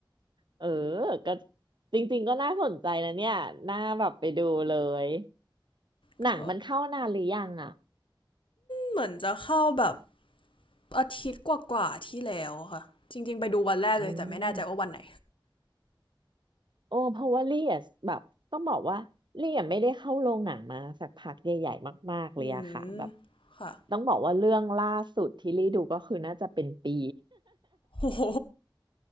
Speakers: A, on the right; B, on the left.
A: เออก็จริงๆก็น่าสนใจนะเนี่ยน่าแบบไปดูเลย
B: ก็
A: หนังมันเข้านานหรือยังอ่ะ
B: เหมือนจะเข้าแบบอาทิตย์กว่าๆที่แล้วค่ะจริงๆไปดูวันแรกเลยแต่ไม่แน่ใจว่าวันไหน
A: อืม โอ้เพราะว่าลี่อะแบบต้องบอกว่าลี่อะไม่ได้เข้าโรงหนังมาสักพักใหญ่ๆมากๆเลยอะค่ะแบบ
B: อืมค่ะ
A: ต้องบอกว่าเรื่องล่าสุดที่ลี่ดูก็คือน่าจะเป็นปี
B: <laughs> โอ้โห